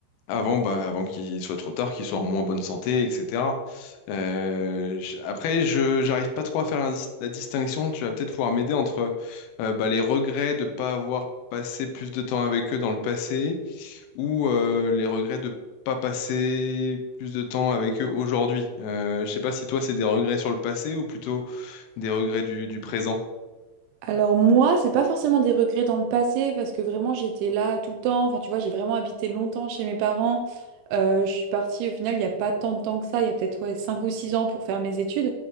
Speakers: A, on the left; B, on the right.
A: avant, bah, avant qu'il soit trop tard, qu'ils soient en moins bonne santé, etc. Euh, je- après, je j'arrive pas trop à faire la, dis- la distinction. Tu vas peut-être pouvoir m'aider entre euh, bah, les regrets de pas avoir passé plus de temps avec eux dans le passé ou euh, les regrets de pas passer plus de temps avec eux aujourd'hui. Euh, je sais pas si toi c'est des regrets sur le passé ou plutôt des regrets du du présent.
B: Alors moi, c'est pas forcément des regrets dans le passé parce que vraiment j'étais là tout le temps. Enfin, tu vois, j'ai vraiment habité longtemps chez mes parents. Euh, je suis partie au final il n'y a pas tant de temps que ça, il y a peut-être ouais, 5 ou 6 ans pour faire mes études